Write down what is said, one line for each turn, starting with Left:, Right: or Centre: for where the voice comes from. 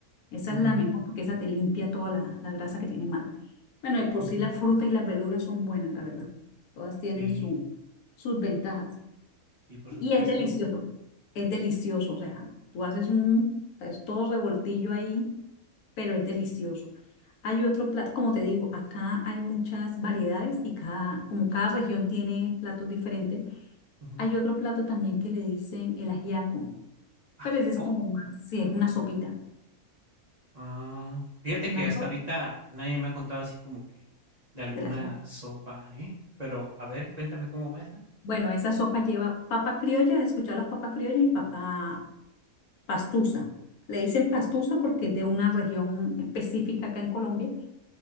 Left: Esa
Right: ujú,
Left: es la mejor porque esa te limpia toda la, la grasa que tiene mala. Bueno, de por
Right: ujú.
Left: sí las frutas y las verduras son buenas, la verdad. Todas tienen
Right: Sí,
Left: su, sus ventajas.
Right: sí, por supuesto.
Left: Y es delicioso, es delicioso. O sea, tú haces un, o sea, es todo revoltillo ahí pero es delicioso. Hay otro plato, como te digo, acá hay muchas variedades y cada, como cada región tiene platos diferentes,
Right: Ujú.
Left: hay otro plato también que le dicen el ajiaco, pero
Right: Ajiaco.
Left: ese es como más, sí, es una sopita,
Right: Ah, fíjate
Left: una
Right: que hasta
Left: sopa
Right: ahorita nadie me ha contado así como que de alguna
Left: del ajiaco.
Right: sopa, ¿eh? Pero a ver, cuéntame cómo va esa.
Left: Bueno, esa sopa lleva papa criolla, ¿has escuchado las papas criollas y papa pastusa? Le dicen pastusa porque es de una región específica acá en Colombia